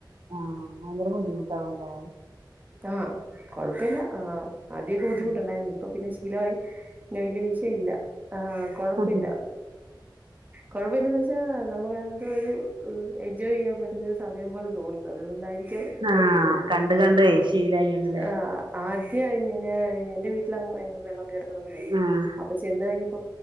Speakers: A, on the right; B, on the right.
A: ആ ഭയങ്കര ബുദ്ധിമുട്ടാവല്ലേ
B: ആ കൊഴപ്പില്ല ആ ആദ്യൊക്കെ ബുദ്ധിമുട്ടുണ്ടായി
A: ഉം
B: ഇപ്പൊ പിന്നെ ശീലായി പിന്നെ വലിയ വിഷയല്ല ആ കൊഴപ്പില്ല
A: ശീലായില്ലേ
B: കൊഴപ്പില്ലാന്ന് വെച്ച നമുക്ക് അങ്ങനെ എന്തോ ഒരു എൻജോയ് ചെയ്യാൻ പറ്റുന്ന ഒരു സമയം പോലെ തോന്നുന്നു അതുകൊണ്ടായിരി
A: ആഹ്
B: കുഴപ്പില്ല
A: കണ്ട് കണ്ടേ ശീലായിന്നല്ലേ
B: ആ ആദ്യം ഞാൻ എന്റെ വീട്ടിൽ വെള്ളം കയറത്തൊന്നുല്ല
A: ആഹ് ആഹ്
B: അപ ചെന്ന് കഴിഞ്ഞപ്പോ